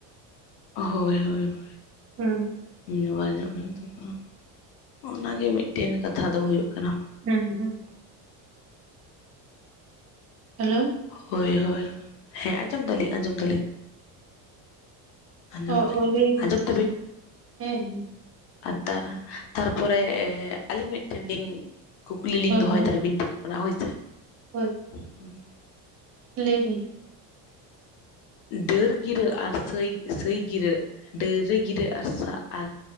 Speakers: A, on the left; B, on the right.
A: ᱦᱳᱭ ᱦᱳᱭ ᱦᱳᱭ᱾
B: ᱦᱩᱸ᱾
A: ᱡᱵᱟᱭ ᱧᱚᱜ ᱦᱩᱭᱩᱜ ᱛᱟᱠᱚᱣᱟ, ᱚᱱᱟ ᱜᱮ ᱢᱤᱫᱴᱤᱱ ᱠᱟᱛᱷᱟ ᱫᱚ ᱦᱩᱭᱩᱜ ᱠᱟᱱᱟ᱾
B: ᱦᱩᱸ ᱦᱩᱸ᱾ ᱦᱮᱞᱳ᱾
A: ᱦᱳᱭ ᱦᱳᱭ, ᱦᱮᱸ ᱟᱸᱡᱚᱢ ᱫᱟᱞᱤᱧ ᱟᱸᱡᱚᱢ ᱫᱟᱞᱤᱧ᱾ ᱟᱸᱡᱚᱢ
B: ᱚ
A: ᱫᱟᱹᱞᱤᱧ,
B: ᱚ ᱞᱟᱹᱭ ᱵᱤᱱ
A: ᱟᱸᱡᱚᱢ
B: ᱛᱟᱦᱚᱞᱮ
A: ᱫᱟᱹᱵᱤᱱ?
B: ᱦᱮᱸ ᱦᱮᱸ
A: ᱟᱨ ᱛᱟᱨ ᱛᱟᱨᱯᱚᱨᱮ ᱟᱹᱞᱤᱧ ᱢᱤᱫᱴᱮᱱ ᱞᱤᱧ ᱠᱩᱠᱞᱤ ᱞᱤᱧ
B: ᱦᱳᱭ
A: ᱫᱚᱦᱚᱭᱫᱟ
B: ᱦᱳᱭ
A: ᱟᱹᱵᱤᱱ ᱴᱷᱮᱱ ᱠᱷᱚᱱᱟᱜ ᱦᱳᱭ ᱥᱮ᱾
B: ᱦᱳᱭ᱾
A: ᱦᱩᱸ᱾
B: ᱞᱮᱭ ᱵᱤᱱ?
A: ᱰᱟᱹᱨ ᱜᱤᱨᱟᱹ ᱟᱨ ᱥᱟᱹᱭ-ᱥᱟᱹᱭ ᱜᱤᱨᱟᱹᱜ ᱰᱟᱹᱨ ᱨᱮ ᱜᱤᱨᱟᱹ ᱟᱨ ᱥᱟ ᱟᱨ